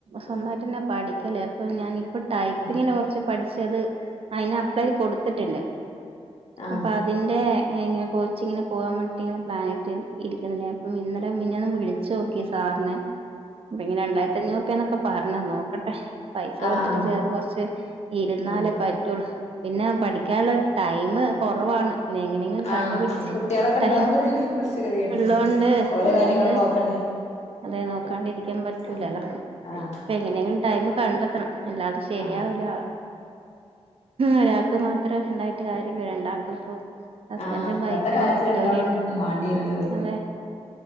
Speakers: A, on the right (about 55°); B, on the left (about 80°).
A: സ്വന്തായ്ട്ടെന്നെ
B: ആഹ്
A: പഠിക്കല് അപ്പൊ ഞാൻ ഇപ്പ ടൈപ്പിങ്ന്
B: ആഹ്
A: കുറച്ച് പഠിച്ചത് അയ്ന അപ്ലൈയ്ത് കൊടുത്തിട്ട്ണ്ട്
B: ആഹ്
A: അപ്പ അതിന്റെ ഇങ്ങനെ കോച്ചിങ്ങിന് പോകാൻ വേണ്ടിയിട്ട് ഇങ്ങനെ പ്ലാനിട്ട് ഇരിക്കുണ്ണ്ട് അപ്പം ഇന്നലെമിഞ്ഞാന്ളി ച്ചു നോക്കി സാറിനെ ഇപങ്ങനെരണ്ടായിരത്തി അഞ്ഞൂറ് റുപ്യാന്നൊക്കെ പറഞ്ഞ് നോക്കട്ടെ പൈസ കൊടുത്തിട്ട്
B: ആഹ് ആഹ്
A: ചേര കൊറച്ച് ഇരുന്നാലേ
B: ആഹ്
A: പറ്റുള്ളൂ പിന്നെ പഠിക്കാനുള്ള ടൈമ് കൊറവാണ് പിന്നെ എങ്ങനെ എങ്കിലും
B: ആഹ്
A: കണ്ടുപിടിച്ച്
B: പിന്നെ കുട്ടികളൊക്കെ
A: ടൈം
B: ഉണ്ടാവുമ്പോ തന്നെ കുറച്ച് ഗതികേടാണ്
A: ഉള്ളോണ്ട്
B: ഓലെ
A: അതോണ്ട്
B: കാര്യങ്ങളും നോക്കണ്ടേ
A: അതെ നോക്കാണ്ടിരിക്കാൻ പറ്റൂലല്ലോ
B: ആഹ് ആഹ്
A: ഇപ്പ ങ്ങനെങ്കിലും ടൈമ് കണ്ടെത്തണം അല്ലാടിസ് ശരിയാവൂല
B: ആഹ്
A: ഒരാക്ക് മാത്രേ ഉണ്ടായിട്ട് കാര്യല്ല രണ്ടാൾക്കക്കും ഇപ്പ ഹസ്ബൻറും
B: ആഹ് ഇന്നത്തെ
A: വൈഫിനും
B: കാലത്ത് രണ്ടാളും
A: ജോലി ഉണ്ട്
B: വാണ്ടിവരും
A: അതെ